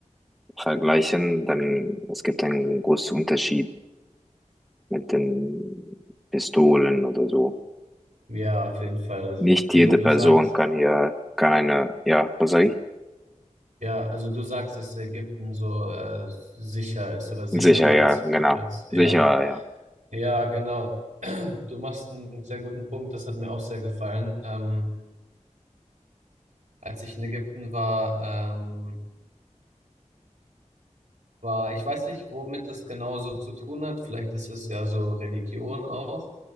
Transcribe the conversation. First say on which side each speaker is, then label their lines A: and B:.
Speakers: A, in the centre; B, on the right (about 75°).
A: vergleichen, dann es gibt einen großen Unterschied mit den Pistolen oder so.
B: ja, auf jeden Fall. Also,
A: Nicht
B: also
A: jede
B: du
A: Person
B: sagst,
A: kann hier, kann eine, ja, was sag ich?
B: ja, also du sagst, dass Ägypten so äh, sicher ist oder sicherer
A: Sicher, ja,
B: als,
A: genau.
B: als, ja.
A: Sicher, ja.
B: Ja, genau. <clears throat> Du machst einen sehr guten Punkt, das hat mir auch sehr gefallen. Ähm, als ich in Ägypten war, ähm, war, ich weiß nicht, womit das genau so zu tun hat. Vielleicht ist es ja so Religion auch.